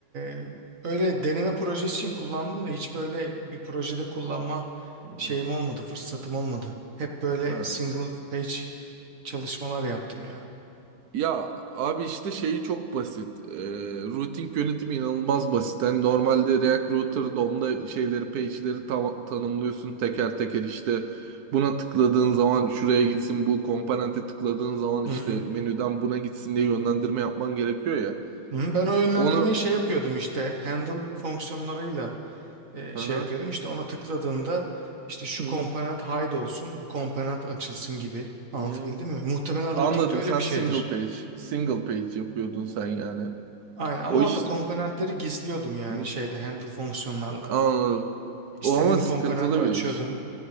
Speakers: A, on the right; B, on the right.
A: e, öyle deneme projesi için kullandım da hiç böyle bir projede kullanma
B: Hmm.
A: şeyim olmadı, fırsatım olmadı. Hep böyle
B: Ha.
A: single page çalışmalar yaptım ya.
B: Ya abi işte şeyi çok basit. Ee, routing yönetimi inanılmaz basit. Yani normalde React Router DOM'da şeyleri, page'leri tam, tanımlıyorsun teker teker işte buna tıkladığın zaman şuraya gitsin, bu komponente tıkladığın zaman işte
A: Hı hı.
B: menüden buna gitsin diye yönlendirme yapman gerekiyor ya.
A: Hı, Ben o yönlendirmeyi
B: Onu
A: şey yapıyordum işte handle fonksiyonlarıyla e,
B: hı
A: şey
B: hı,
A: yapıyordum. işte ona tıkladığımda işte şu
B: hı
A: komponent hide olsun, bu komponent açılsın gibi. Anlatabildim
B: hı.
A: mi? Muhtemelen
B: Anladım.
A: routing'de öyle
B: Sen
A: bir
B: single
A: şeydir.
B: page, single page yapıyordun sen yani.
A: Aynen ama
B: O
A: orada
B: işte.
A: komponentleri gizliyordum yani
B: Hı.
A: şeyde handle fonksiyonlarla.
B: Anladım. O
A: İstediğim
B: ama sıkıntılı
A: komponenti açıyordum.
B: bir iş.